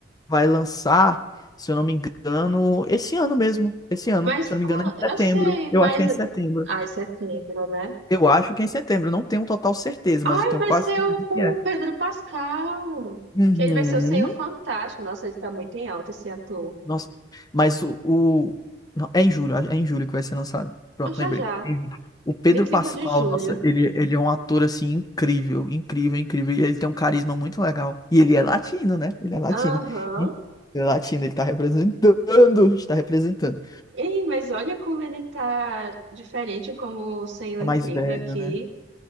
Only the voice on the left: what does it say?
vai lançar, se eu não me engano, esse ano mesmo. Esse ano,
se eu
não me engano, é em
setembro.
Eu acho que é em setembro.
Eu acho que é em setembro. Eu Não tenho total certeza, mas
eu tenho
quase
certeza
que é.
Uhum.
Nossa, mas o, o- não, é em julho, é em julho que vai ser lançado. Pronto,
lembrei.
É em julho. O Pedro
Pascal,
nossa, ele, ele é um ator assim incrível, incrível, incrível. E ele tem um carisma muito legal. E ele é latino, né? Ele é latino.
Ele é latino, ele tá representando, está representando.
É
mais velho,
né?